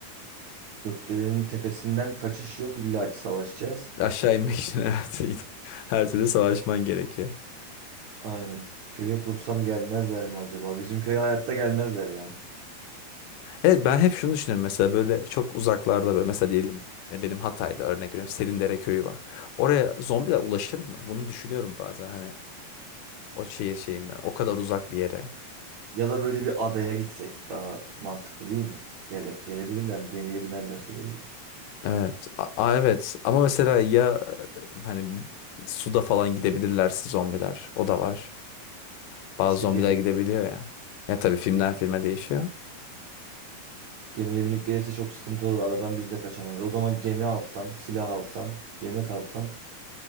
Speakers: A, on the right (about 65°); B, on the left (about 85°).
A: Gökdelenin tepesinden kaçış yok illa ki savaşacağız.
B: Aşağı inmek için <laughs> evet. iyi. Her türlü savaşman gerekiyor.
A: Aynen. Köye kursam gelmezler mi acaba? Bizim köye hayatta gelmezler ya.
B: Evet ben hep şunu düşünürüm mesela böyle çok uzaklarda böyle mesela diyelim ya benim Hatay'da örnek veriyorum Selindere köyü var. Oraya zombiler ulaşır mı? Bunu düşünüyorum bazen hani o şehir şeyinden o kadar uzak bir yere.
A: Ya da böyle bir adaya gitsek daha mantıklı değil mi? Gele, gelebilirler mi? Gemiye binerlerse gelirler.
B: Evet. A a- evet ama mesela ya e, hani suda falan gidebilirlerse zombiler o da var. Bazı
A: İşte
B: zombiler
A: gemi,
B: gidebiliyor ya. Ya tabii filmden
A: ge-
B: filme değişiyor.
A: gemiye binip gelirse çok sıkıntı olur. Adadan biz de kaçamayız. O zaman gemi alsam, silah alsam, yemek alsam